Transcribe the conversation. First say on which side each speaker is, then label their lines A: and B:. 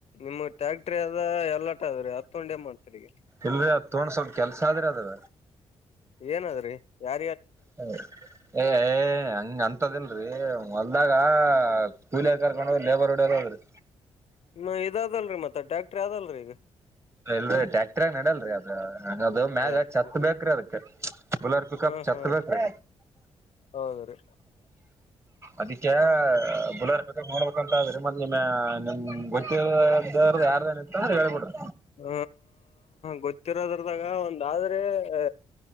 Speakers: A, on the left; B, on the right.
A: ನಿಮ್ ಟ್ಯಾಕ್ಟ್ರ ಅದ ಎಲ್ಲಾಟ ಅದ್ರೀ ಹತ್ತೊಂಡೆ ಮಾಡ್ತಾರೆಗ
B: ಇಲ್ಲ ತೊಡ ಸ್ವಲ್ಪ ಕೆಲ್ಸ ಆದ್ರೆ ಅದ್ರ
A: ಏನಾದ್ರಿ ಯಾ
B: ಹ ಏ ಹಂಗ ಅಂತದಲ್ರಿ ಹೊಲ್ದಾಗ ಕೂಲಿಯರ್ ಕರ್ಕೊಂಡು ಹೋದ್ ಲೇಬರ್ ಡಲ್ಲ ಹೋದ್ರಿ
A: ನ ಇದ ಅದಲ್ರರಿ ಮತ್ತೆ ಟ್ಯಾಕ್ಟ್ರ ಅದಲ್ರೀ ಈಗ
B: ಇಲ್ ಟ್ಯಾಕ್ಟರ್ ಆಾಗ ನಡಲ್ರಿ ಅದ ಅದು ಮ್ಯಾಗ
A: ಯಾಕ
B: ಚಛತ್ ಬೇಕ್ರೀ ಅದಕ್ ಬುಲಾರ್ ಪ ಕಪ್
A: ಹಾ
B: ಚಕ್ರದು
A: ಹಾ ಹೌದ್ರಿ
B: ಅದಕ್ಕೆ ಬುಲಾರಪ ಮಾಡ್ಬೇಕಂತ ಅ್ರಿ ಮ ನಿಮ್ಮ ನಿಮ್ ಗೊತ್ತಿ ಯಾರ್ದಏನಿತ್ತುಂತ ಹ ಹೇಳಳ್ಿಡ್ರಿ
A: ಹ ಗೊತ್ತಿರೋದ್ರದಾಗ ಒಂದಾದ್ರೆ ಹ